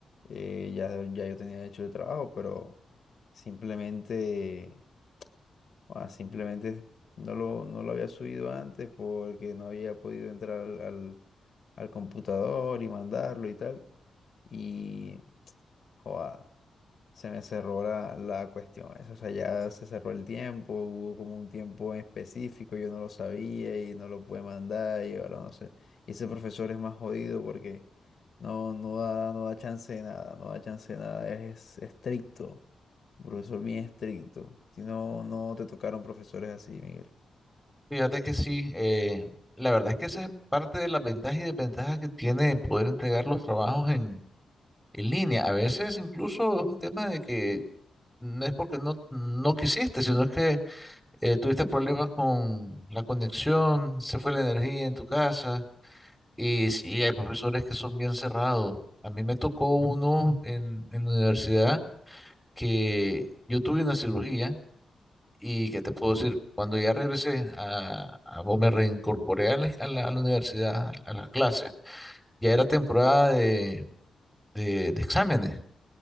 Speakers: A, on the left; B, in the centre.
A: eh, ya, ya yo tenía hecho el trabajo, pero simplemente, ah, simplemente no lo, no lo había subido antes porque no había podido entrar al, al- al computador y mandarlo y tal. Y, joda, se me cerró la, la cuestión esa, o sea, ya se cerró el tiempo, hubo como un tiempo en específico, yo no lo sabía y no lo pude mandar y ahora no sé. Y ese profesor es más jodido porque no, no da, no da chance de nada, no da chance de nada, es estricto, un profesor bien estricto. Si no, no te tocaron profesores así, Miguel.
B: Fíjate que sí, eh, la verdad es que esa es parte de las ventajas y desventajas que tiene poder entregar los trabajos en, en línea. A veces incluso es un tema de que no es porque no, no quisiste, sino es que eh, tuviste problemas con la conexión, se fue la energía en tu casa. Y sí, hay profesores que son bien cerrados. A mí me tocó uno en, en la universidad que yo tuve una cirugía. Y qué te puedo decir, cuando ya regresé a, a o me reincorporé a la, a la- a la universidad, a, las clases, ya era temporada de, de- de exámenes.